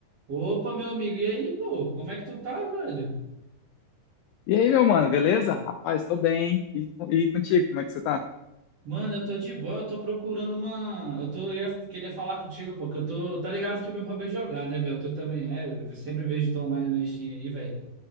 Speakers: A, on the right; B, on the left.
A: Opa, meu amigo, e aí, pô, como é que tu tá, velho?
B: E aí, meu mano, beleza? Rapaz, tô bem. E, co- e contigo, como é que você tá?
A: Mano, eu tô de boa, eu tô procurando uma. Eu tô, eu ia- queria falar contigo, pô, que eu tô. Tá ligado que o meu hobby é jogar, né, velho? O teu também é. Eu sempre vejo tu online na Steam aí, velho.